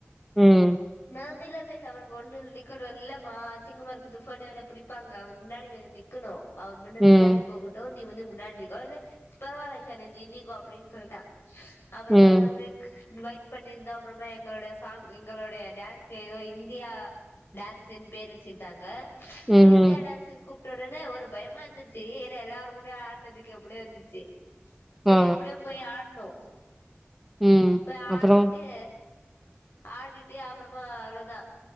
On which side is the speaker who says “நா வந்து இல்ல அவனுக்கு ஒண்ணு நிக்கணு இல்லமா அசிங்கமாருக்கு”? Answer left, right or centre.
Left